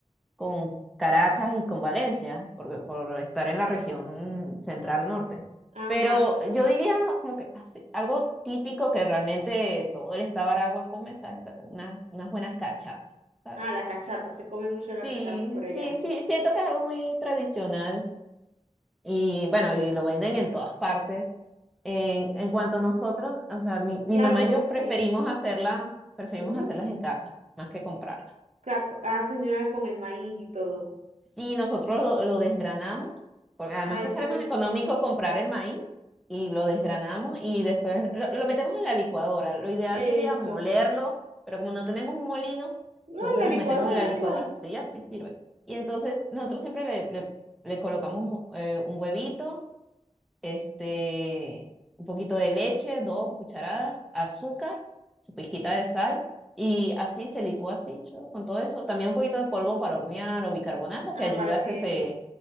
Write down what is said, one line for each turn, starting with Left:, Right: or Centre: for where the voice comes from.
Centre: con Caracas y con Valencia, porque, por estar en la región central norte.
Right: Ajá.
Centre: Pero yo diría como que así, algo típico que realmente todo el estado de Aragua come, ¿sabes? Unas, unas buenas cachapas, ¿sabes?
Right: Ah, la cachapa, se come mucho
Centre: Sí,
Right: la cachapa por
Centre: sí,
Right: allá.
Centre: sí, siento que es algo muy tradicional y bueno, y lo venden en todas partes. En, en cuanto a nosotros, o sea, mi, mi
Right: Claro,
Centre: mamá y
Right: porque
Centre: yo preferimos hacerlas, preferimos
Right: ujú,
Centre: hacerlas en casa más que comprarlas.
Right: ca- hacen de una vez con el maíz y todo.
Centre: Si nosotros lo, lo desgranamos, porque además
Right: Ay,
Centre: que sale
Right: qué rico.
Centre: más económico comprar el maíz y lo desgranamos y después lo, lo metemos en la licuadora. Lo ideal
Right: Eso.
Centre: sería molerlo, pero como no tenemos un molino,
Right: No,
Centre: entonces
Right: en la
Centre: lo
Right: licuadora,
Centre: metemos en la licuadora,
Right: claro.
Centre: sí, así sirve. Y entonces nosotros siempre le, le- le colocamos eh, un huevito este, un poquito de leche, dos cucharadas, azúcar, su pizquita de sal, y así se licúa así, cho, con todo eso. También un poquito de polvo para hornear o bicarbonato,
Right: Ah,
Centre: que ayuda
Right: para
Centre: a
Right: que...
Centre: que se,